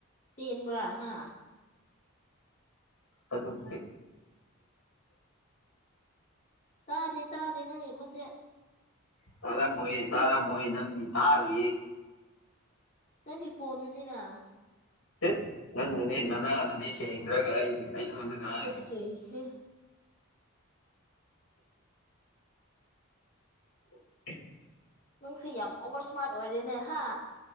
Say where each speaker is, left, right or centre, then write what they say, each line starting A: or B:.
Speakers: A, on the left; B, on the left.
A: ꯇꯦꯟꯕ ꯍꯥ
B: ꯑꯗꯨꯔꯤ
A: ꯇꯥꯗꯦ ꯇꯥꯗꯦ ꯅꯪ ꯑꯩꯈꯣꯟꯁꯦ
B: ꯇꯔꯃꯣꯏ ꯇꯥꯔꯃꯣꯏ ꯅꯪꯅꯤ ꯇꯥꯔ
A: ꯅꯪꯒꯤ ꯐꯣꯟꯅꯤꯅ
B: ꯦ ꯅꯪ ꯅꯅꯦ ꯅꯅꯥ ꯅꯅꯦ ꯁꯦꯡ꯭ꯔꯒꯔꯤ ꯀꯩ ꯀꯅꯤ
A: ꯇꯨꯀꯠꯆꯩꯍꯦ
B: <unintelligible>
A: ꯅꯪꯁꯤ ꯌꯥꯝ ꯑꯣꯚꯔ ꯏꯁꯃꯥꯔꯠ ꯑꯣꯏꯔꯦꯅꯦ ꯍꯥ